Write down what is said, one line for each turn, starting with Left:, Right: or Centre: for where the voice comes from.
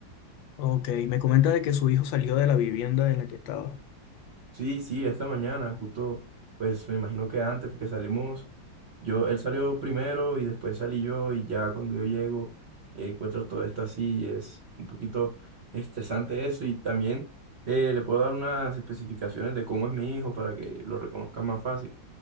Left: Ok, me comenta de que su hijo salió de la vivienda en la que estaba.
Right: Sí, sí, esta mañana, justo, pues me imagino que antes, porque salimos, yo, él salió primero y después salí yo y ya cuando yo llego, eh, encuentro todo esto así y es un poquito estresante eso y también eh, le puedo dar unas especificaciones de cómo es mi hijo para que lo reconozca más fácil.